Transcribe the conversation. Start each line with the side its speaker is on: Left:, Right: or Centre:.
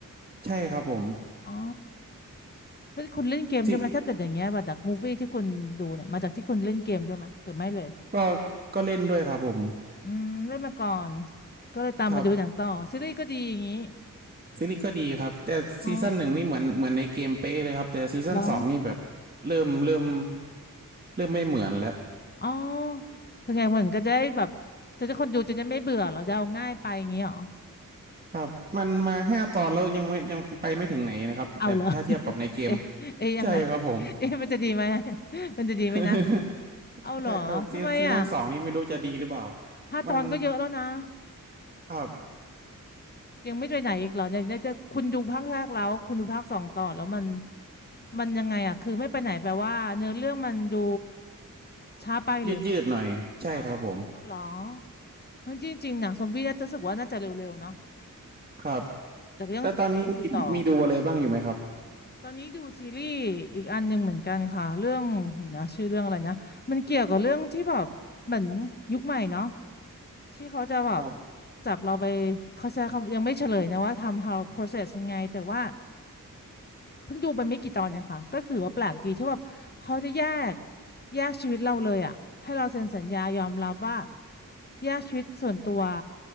Right: ใช่ครับผม
Left: อ๋อเฮ้ยคุณเล่นเกมใช่ไหมถ้าเกิดอย่างเงี้ยมาจากมูฟวี่ที่คุณดูเนี่ยมาจากที่คุณเล่นเกมใช่ไหมหรือไม่เลย
Right: ที่ก็ก็เล่นด้วยครับผม
Left: อืมเล่นมาก่อนก็เลยตามมาดูหนังต่อซีรีส์ก็ดีอย่างงี้
Right: ครับซีรีส์ก็ดีครับแต่ซีซั่นหนึ่งนี่เหมือนเหมือนในเกมเป๊ะเลยครับแต่ซีซั่นสองนี่แบบ
Left: อ๋อเหรอ
Right: เริ่มเริ่มเริ่มไม่เหมือนแล้ว
Left: อ๋อคือไงเหมือนก็จะได้แบบจะได้คนดูจะได้ไม่เบื่อเหรอจะเอาง่ายไปอย่างงี้เหรอ
Right: ครับมันมาห้าตอนแล้วยังไม่ยังไปไม่ถึงไหนนะครับแต่ถ้าเทียบกับในเกม
Left: เอาเหรอ <laughs> เอ๊ะเอ๊ะยังไง
Right: ใช่ครับผม
Left: เอ๊ะมันจะดีไหม <laughs> มันจะดีไหมนะ
Right: <laughs>
Left: เอาเหรอทำไมอ่ะ
Right: ใช่ครับซีซีซั่นสองนี่ไม่รู้จะดีหรือเปล่า
Left: ห้าตอนก็เยอะแล้วนะ
Right: มันครับ
Left: ยังไม่ไปไหนอีกเหรอยังได้จะคุณดูภาคแรกแล้วคุณดูภาคสองต่อแล้วมันมันยังไงอ่ะคือไม่ไปไหนแปลว่าเนื้อเรื่องมันดูช้าไปเลย
Right: ยืดยืดหน่อยใช่ครับผม
Left: อ๋อเหรอเฮ้ยจริงๆหนังซอมบี้น่าจะรู้สึกว่าน่าจะเร็วๆเนาะ
Right: ครับ
Left: แต่ก็ยังต้องดูต่อ
Right: แล้วตอนนี้มีมีดูอะไรบ้างอยู่ไหมครับ
Left: ตอนนี้ดูซีรีส์อีกอันหนึ่งเหมือนกันค่ะเรื่องเดี๋ยวนะชื่อเรื่องอะไรนะมันเกี่ยวกับเรื่องที่แบบเหมือนยุคใหม่เนาะที่เขาจะแบบครับจับเราไป
Right: ครับ
Left: เขาใช้คำยังไม่เฉลยนะว่าทำ how process ยังไงแต่ว่า เพิ่งดูไปไม่กี่ตอนเนี่ยค่ะ ก็คือว่าแปลกดีที่แบบเขาจะแยกแยกชีวิตเราเลยอ่ะ ให้เราเซ็นสัญญายอมรับว่าแยกชีวิตส่วนตัว